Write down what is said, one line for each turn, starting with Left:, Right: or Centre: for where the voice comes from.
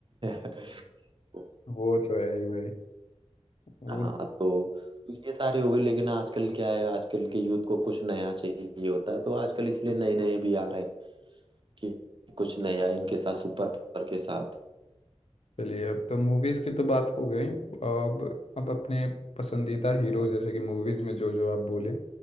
Right: <laughs>
Left: वो तो है ही भाई वो
Right: हाँ तो तो ये सारे हो गए लेकिन आजकल क्या है आजकल के यूथ को कुछ नया चाहिए होता है तो आजकल इसलिए नए नए भी आ रहे हैं कि कुछ नया इनके साथ सुपर पावर के साथ
Left: चलिए अब तो मूवीज की तो बात हो गई अब अब अपने पसंदीदा हीरो जैसे कि मूवीज में जो जो आप बोले